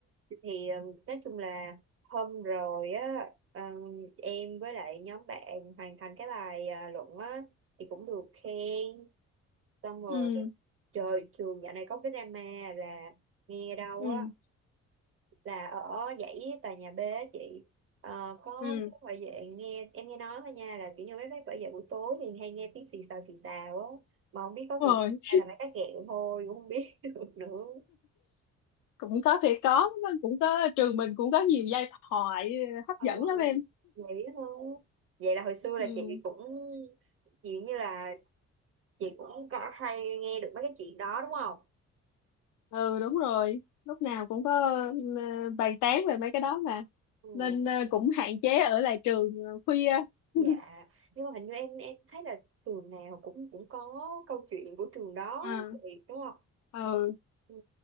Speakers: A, on the right (about 45°); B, on the left (about 80°).
A: thì ừm, nói chung là hôm rồi á ừm, em với lại nhóm bạn hoàn thành cái bài à, luận á thì cũng được khen xong rồi
B: ừ
A: trời trường dạo này có cái drama là nghe đâu
B: ừ
A: á là ở dãy tòa nhà B á chị ờ, có
B: ừ
A: mấy bảo vệ nghe em nghe nói thôi nha là kiểu như mấy bác bảo vệ buổi tối thì hay nghe tiếng xì xào xì xào á mà không biết có
B: rồi
A: thiệt hay là mấy bác ghẹo thôi cũng không biết <laughs> được nữa
B: cũng có thể có cũng có trường mình cũng có nhiều giai thoại hấp
A: Ờ,
B: dẫn lắm em
A: vậy thôi vậy là hồi xưa
B: ừ
A: là chị cũng chuyện như là chị cũng có hay nghe được mấy cái chuyện đó đúng không
B: ừ đúng rồi lúc nào cũng có ờ, bàn tán về mấy cái đó mà
A: ừ,
B: nên ờ, cũng hạn chế ở lại trường ờ, khuya
A: dạ
B: <laughs>
A: nhưng mà hình như em em thấy là trường nào cũng cũng có câu chuyện của trường đó
B: à
A: vậy đúng không
B: ừ
A: ừ,